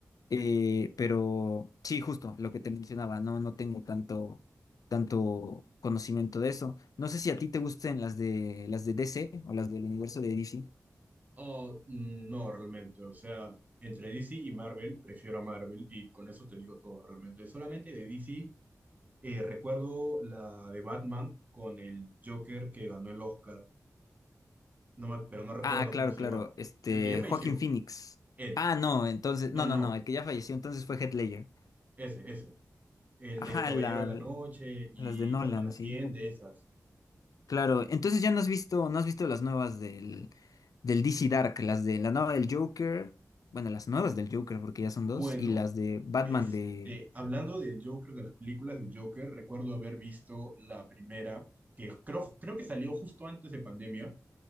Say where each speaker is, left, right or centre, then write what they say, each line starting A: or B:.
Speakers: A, on the left; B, on the right.
A: Eh, pero sí, justo lo que te mencionaba, no, no tengo tanto, tanto conocimiento de eso. No sé si a ti te gusten las de las de DC o las del universo de DC.
B: Oh, mm, no, realmente. O sea, entre DC y Marvel, prefiero a Marvel y con eso te digo todo realmente. Solamente de DC eh, recuerdo la de Batman con el Joker que ganó el Oscar. No me- pero no recuerdo
A: Ah, claro,
B: cómo se
A: claro.
B: llamaba.
A: Este,
B: El que ya falleció.
A: Joaquín Phoenix.
B: Él.
A: Ah, no, entonces,
B: No,
A: no,
B: no,
A: no,
B: no.
A: no, el que ya falleció entonces fue Heath Ledger.
B: Ese, ese. El
A: Ajá,
B: del Caballero
A: la-
B: de la Noche y
A: las de Nolan,
B: Batman Asciende,
A: sí.
B: esas.
A: Claro, entonces ya no has visto, no has visto las nuevas del, del DC Dark, las de la nueva del Joker, bueno, las nuevas del Joker, porque ya son
B: Bueno,
A: dos, y las de Batman
B: este,
A: de
B: hablando del Joker, de las películas del Joker, recuerdo haber visto la primera, que creo, creo que salió justo antes de pandemia,